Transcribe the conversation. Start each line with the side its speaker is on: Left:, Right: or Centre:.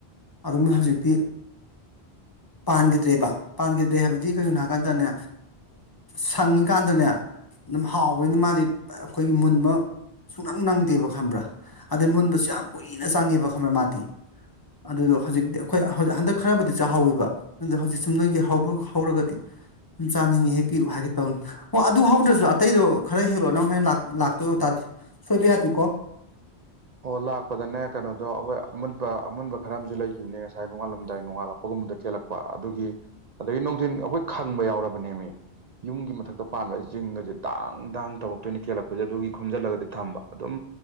Left: ꯑꯥꯗꯨꯝ ꯍꯧꯖꯤꯛꯇꯤ ꯄꯥꯟꯒꯤꯗ꯭ꯔꯦꯕ ꯄꯥꯟꯒꯤꯗ꯭ꯔꯦ ꯍꯥꯏꯕꯗꯤ ꯀꯩꯒꯤꯅꯣ ꯍꯥꯏꯀꯥꯟꯗꯅꯦ ꯁꯪꯉꯤꯀꯥꯟꯗꯅꯦ ꯑꯗꯨꯝ ꯍꯥꯎꯕꯅꯤꯅ ꯃꯥꯗꯤ ꯑꯈꯣꯏꯒꯤ ꯃꯨꯟꯕ ꯁꯨꯡ ꯅꯪ ꯅꯪꯗꯦꯕ ꯈꯪꯕ꯭ꯔꯥ ꯑꯗꯩ ꯃꯨꯟꯕꯖꯨ ꯌꯥꯝ ꯀꯨꯏꯅ ꯆꯪꯉꯦꯕ ꯈꯪꯕ꯭ꯔꯥ ꯃꯥꯗꯤ ꯑꯗꯨꯗꯣ ꯍꯧꯖꯤꯛꯇꯤ ꯑꯈꯣꯏ ꯍꯧ ꯍꯟꯗꯛ ꯈꯔꯕꯨꯗꯤ ꯆꯥꯍꯧꯋꯦꯕ ꯑꯗꯨꯗ ꯍꯧꯖꯤꯛ ꯁꯦ ꯅꯣꯏꯒꯤ ꯍꯧꯕꯝ ꯍꯧꯔꯒꯗꯤ ꯁꯨꯝ ꯆꯥꯅꯤꯡꯉꯤ ꯍꯦꯛꯄꯤꯔꯛꯑꯣ ꯍꯥꯏꯒꯦ ꯇꯧꯅꯤ ꯍꯣ ꯑꯗꯨ ꯍꯧꯗ꯭ꯔꯖꯨ ꯑꯇꯩꯗꯣ ꯈꯔ ꯍꯦꯛꯂꯛꯑꯣ ꯅꯪ ꯍꯣꯔꯦꯟ ꯂꯥꯛ ꯂꯥꯛꯇꯣꯏ ꯑꯣꯏꯇꯥꯥꯔꯗꯤ ꯁꯣꯏꯕꯌꯥꯗꯦꯀꯣ
Right: ꯑꯣ ꯂꯥꯛꯄꯗꯅꯦ ꯀꯩꯅꯣꯗꯣ ꯑꯍꯣꯏ ꯑꯃꯨꯟꯕ ꯑꯃꯨꯟꯕ ꯈꯔꯑꯝꯖꯨ ꯂꯩꯒꯤꯕꯅꯦ ꯉꯁꯥꯏ ꯅꯣꯡꯉꯥꯜꯂꯝꯗꯥꯏ ꯅꯣꯡꯉꯥꯜꯂꯛꯄꯒꯨꯝꯕꯗ ꯀꯦꯜꯂꯛꯄ ꯑꯗꯨꯒꯤ ꯑꯗꯒꯤ ꯅꯨꯡꯗꯤꯟ ꯑꯩꯈꯣꯏ ꯈꯪꯕ ꯌꯥꯎꯔꯕꯅꯦꯃꯤ ꯌꯨꯝꯒꯤ ꯃꯊꯛꯇ ꯄꯥꯟꯕ ꯖꯤꯡꯒꯖꯦ ꯗꯥꯡ ꯗꯥꯡ ꯇꯧꯔꯛꯇꯣꯏꯅꯤ ꯀꯦꯜꯂꯛꯄꯖꯤꯗ ꯑꯗꯨꯒꯤ ꯈꯨꯟꯖꯤꯜꯂꯒꯗꯤ ꯊꯝꯕ ꯑꯗꯨꯝ